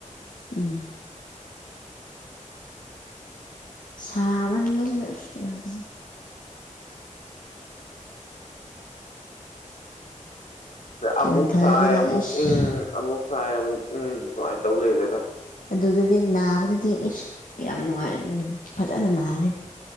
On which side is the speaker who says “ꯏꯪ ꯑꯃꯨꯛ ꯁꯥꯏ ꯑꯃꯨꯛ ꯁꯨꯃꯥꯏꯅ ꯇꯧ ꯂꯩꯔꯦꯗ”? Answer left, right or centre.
Left